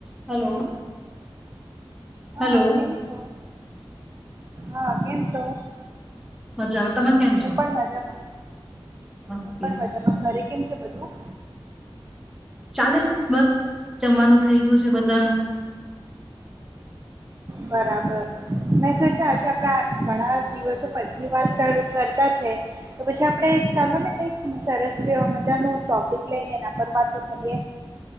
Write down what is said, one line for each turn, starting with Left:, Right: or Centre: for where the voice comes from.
Centre: Hello.
Right: હા
Centre: hello
Right: કેમ છો, હા કેમ છો.
Centre: મજામાં તમે કેમ
Right: હું
Centre: છો
Right: પણ મજામાં.
Centre: ઓકે,
Right: હું પણ મજામાં. ઘરે કેમ છે બધું?
Centre: આલે છે બસ જમવાનું થઇ ગયું છે બધાનું.
Right: બરાબર મેં સોચા આજે આપડા ઘણા દિવસો પછી વાત કરતા છે. તો પછી આપણે ચાલો ને કઈક સરસ મજા નો ટોપિક લઈને એના પર વાતો કરીએ.